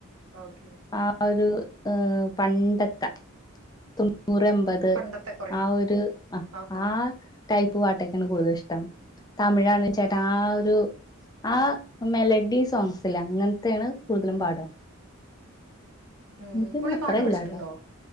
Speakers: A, on the right; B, on the left.
A: ഓക്കെ
B: ആ ഒരു പണ്ടത്ത തൊണ്ണൂറ് അമ്പ ത്
A: പണ്ടത്തെ കൊറേ
B: ആഹ് ഒരു ആഹ്
A: ആഹാ
B: ടൈപ്പ് പാട്ടൊക്കേണ് കൂടുതൽ ഇഷ്ടം തമിഴാണ് ചേട്ടാ ആഹ് ഒരു ആഹ് മെലഡി സോങ്സില് അങ്ങൻത്തേണ് കൂടുതലും പാട്അ
A: ഏഹ്
B: പിന്നെ
A: പുള്ളി
B: അത്ര
A: പാട്ട് പഠിച്ചിട്ടുണ്ടോ
B: ഇല്ലാട്ടോ